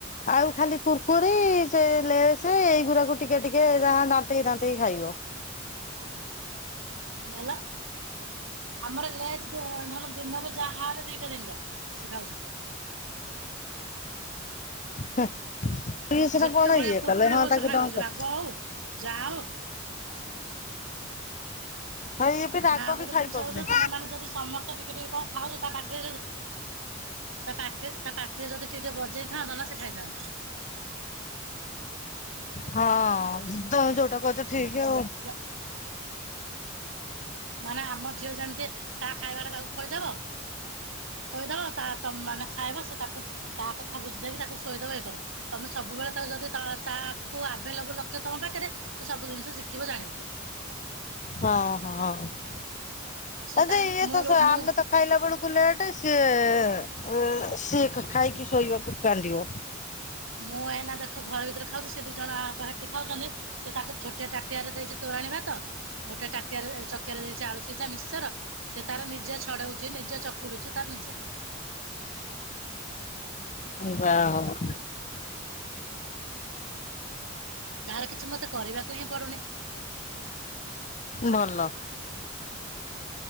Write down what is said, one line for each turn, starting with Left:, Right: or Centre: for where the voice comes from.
Left: ଆଉ ଖାଲି କୁର୍କୁରି ସେ ଲେସେ ଏଇଗୁରାକୁ ଟିକେ ଟିକେ ଯାହା ଦାନ୍ତେଇ ଦାନ୍ତେଇ ଖାଇବ।
Right: ମଲା। ଆମର ଲେଜ ଦ ଧନ ଦିନରେ ଯାହା ହେଲେ ଦିଟା ଦିନିଟା ସେ ଖାଉଚି।
Left: ହେ ଇଏ ସିନା
Right: ଯେତେ
Left: କଣ
Right: ଭଳିଆ
Left: ଇଏ
Right: କୁୁରକୁରି
Left: କଲେ ହଁ
Right: ହଉ
Left: ତାକୁ
Right: ସେ ଖାଇଦଉଛି
Left: ଦଅନ୍ତ।
Right: ରାଗ ହଉ ଯାହା ହଉ
Left: ହଁ ଇଏ ବି ରାଗ
Right: ନା ଗୋଟେ
Left: ବି ଖାଇପାରୁନି।
Right: ଜିନିଷ ହଉଛି ତମେ ଯଦି ସମସ୍ତ ତ ଟିକେ ଟିକେ କଣ ଖାଉଚ ତା ପାଟି ରେ <unintelligible> ତା ପାଟି ତା ପାଟିରେ ଯଦି ଟିକେ ବଜେଇଥାନ୍ତ ନା ସେ ଖାଇଥାନ୍ତା।
Left: ହଁ ତ ଯୋଉଟା କହୁଚ ଠିକ୍ ଆଉ।
Right: ଯା ମାନେ ଆମ ଝିଅ ଯେମିତି ତା ଖାଇବା ଟା ତାକୁ ଖୋଇଦବ। ଶୋଇଦବ ତା ମାନେ ଖାଇବ ସେ ତାକୁ ତା କଥା ବୁଝି ଦେଇକି ତାକୁ ଶୋଇଦବ ଇ କର। ତମେ ସବୁବେଳେ ତ ଯଦି ତାକୁ ଆଭେଲେବୁଲ ରଖିବ ତମ ପାଖରେ ସେ ସବୁ ଜିନିଷ ଶିଖିବ ଜାଣିବ।
Left: ହଁ ହଁ
Right: ସିଏ ତାର
Left: ଇଏ
Right: ମୁଁ
Left: ତ
Right: ମୁଁ
Left: ଆମେ ତ ଖାଇଲା ବେଳକୁ ଲେଟ ସିଏ ସିଏ ଖାଇକି ଶୋଇବାକୁ କାନ୍ଦିବ।
Right: ମୁଁ ଏାଇନା ଦେଖ ଘର ଭିତରେ ଖାଉଚି ସେ ଦି ଜଣଆଙ୍କ ହେଠି ଖାଉଚନ୍ତି ସେ ତାକୁ ଛୋଟିଆ ଟାଟିଆରେ ଦେଇଚି ତୋରାଣି ଭାତ ଗୋଟିଆ ଟାଟିଆରେ ଚକିଆରେ ଦେଇଚି ଆଳୁ ସିଜା ମିଶ୍ଚର ସେ ତାର ନିଜେ ଛଡଉଛି ନିଜେ ଚକୁଡୁଚି ତାର ନିଜେ।
Left: ଯା ହୋଉ।
Right: ତାର କିଛି ମତେ କରିବାକୁ ହିଁ ପଡୁନି।
Left: ଭଲ।